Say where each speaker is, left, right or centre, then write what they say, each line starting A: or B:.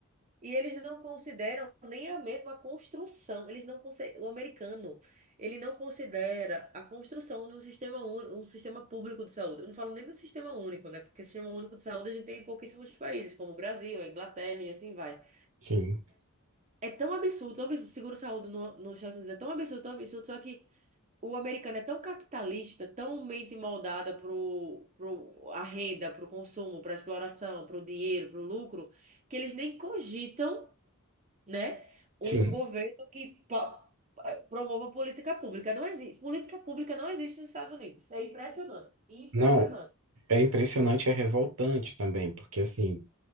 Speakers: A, on the right (about 30°); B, on the right (about 70°).
A: E eles não consideram nem a mesma construção. Eles não conse- o americano, ele não considera a construção de um sistema único, um sistema público de saúde. Eu não falo nem do sistema único, né? Porque sistema único de saúde a gente tem em pouquíssimos países, como o Brasil, a Inglaterra e assim vai.
B: Sim,
A: É tão absurdo, tão absurdo. Seguro-saúde no, nos Estados Unidos é tão absurdo, tão absurdo, só que o americano é tão capitalista, tão mente moldada pro, pro a renda, pro consumo, pra exploração, pro dinheiro, pro lucro, que eles nem cogitam, né, um
B: sim.
A: governo que pa- promova política pública. Não existe, política pública não existe nos Estados Unidos. É impressionante, impressionante.
B: Não, é impressionante, é revoltante também, porque assim,